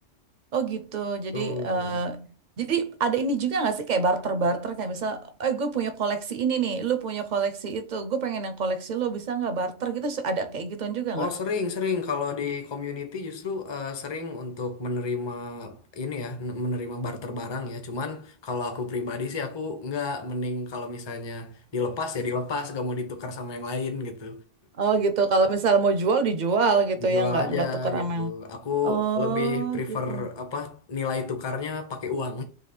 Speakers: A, on the right; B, on the left.
A: Oh gitu. Jadi
B: Tuh.
A: eh, jadi ada ini juga nggak sih kayak barter-barter kayak misal, eh gue punya koleksi ini nih, lu punya koleksi itu, gue pengen yang koleksi lu bisa nggak barter gitu? Su- Ada kayak gituan juga nggak?
B: Oh sering sering kalau di community justru eh, sering untuk menerima ini ya n- menerima barter barang ya cuman kalau aku pribadi sih aku nggak mending kalau misalnya dilepas ya dilepas gak mau ditukar sama yang lain gitu
A: Oh gitu, kalau misal mau jual dijual gitu
B: dijual
A: ya nggak
B: aja
A: nggak tuker
B: gitu
A: sama yang
B: aku
A: Oh
B: lebih prefer
A: gitu.
B: apa nilai tukarnya pakai uang